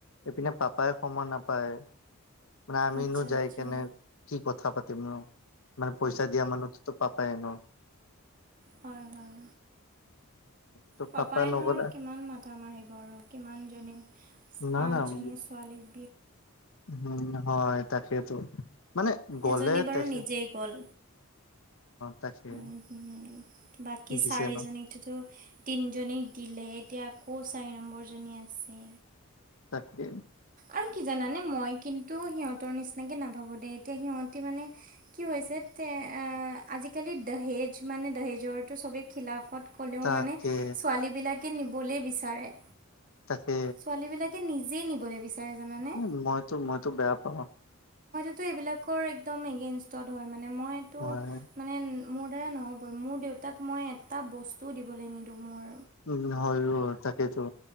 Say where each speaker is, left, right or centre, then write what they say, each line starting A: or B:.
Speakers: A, on the left; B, on the right.
A: এইপিনে পাপাই সময় নাপায়। মানে আমিনো
B: আচ্ছা
A: যাই
B: আচ্ছা
A: কেনে কি কথা পাতিম। ন মানে পইচা দিয়া মানুহতো পাপাই ন।
B: হয় হয়।
A: ত
B: পপাইনো
A: পাপা নগলে
B: আৰু কিমান মাথা মাৰিব। আৰু কিমানজনী
A: না
B: পাঁচজনী
A: না
B: ছোৱালী-
A: উম হয় তাকেতো মানে গ'লে
B: এজনী বাৰু
A: তেখে-
B: নিজেই গ'ল
A: তাকে।
B: উম হম বাকী
A: দিছে
B: চাৰিজনীক
A: ন
B: তোতো তিনিজনীক দিলে এতিয়া আকৌ চাৰি নম্বৰ। এজনী আছে।
A: তাকে।
B: আৰু কি জানানে মই কিন্তু সিহঁতৰ নিচিনাকে নাভাবোঁ দেই এতিয়া সিহঁতি মানে। কি হৈছে তে এ আজিকালি দহেজ মানে দহেজৰটো চবেই খিলাফত। ক'লেও
A: তাকে
B: মানে ছোৱালীবিলাকে নিবলে বিচাৰে।
A: তাকে
B: ছোৱালী বিলাকে নিজেই নিবলে বিচাৰে। জানানে
A: উ মইতো মইতো বেয়া পাওঁ।
B: ত এইবিলাকৰ একম এগেইনষ্টত হয় মানে মইতো
A: হয়
B: মানে উম। মোৰ দ্বাৰা নহ'ব মোৰ দেউতাক মই এটা বস্তুও দিবলৈ নিদিওঁ মোৰ।
A: উম হয়‌ও তাকেইতো।